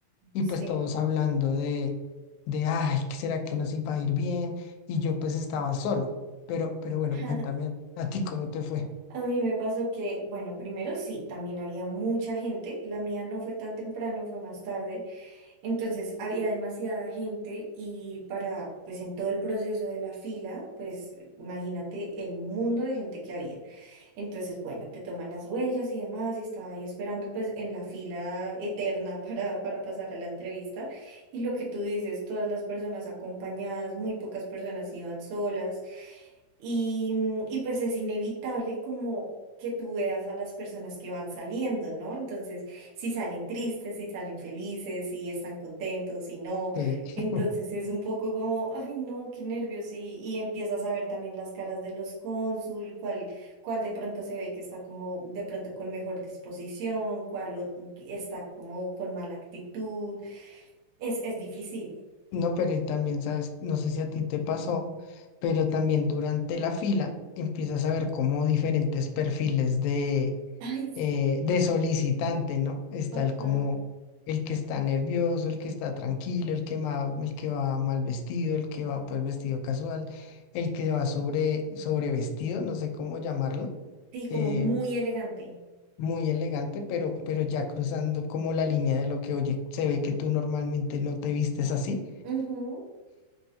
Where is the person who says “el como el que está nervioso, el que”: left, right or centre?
Left